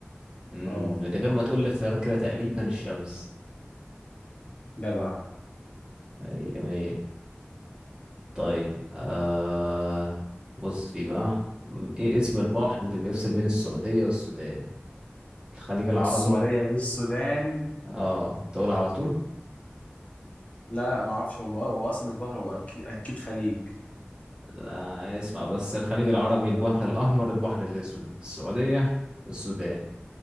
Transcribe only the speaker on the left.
اه
جدع
السعوديه والسودان
لا لا ما اعرفش هو هو اصلا مش بحر هو اكيد اكيد خليج